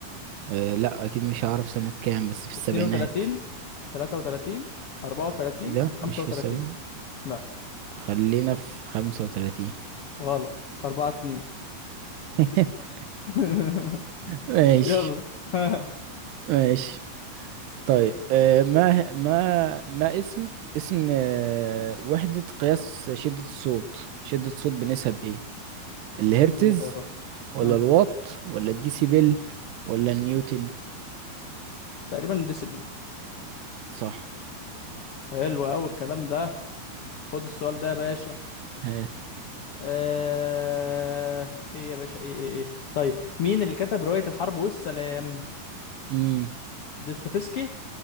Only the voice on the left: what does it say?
32 33 34
35
لا
غلط 4 2
<laughs>
يلا <laughs>
اديني خيارات
اه
تقريبا ديسيبل
حلو قوي الكلام ده خد السؤال ده يا باشا
آه... ايه يا باشا ايه ايه ايه طيب مين اللي كتب رواية الحرب والسلام
دوستويفسكي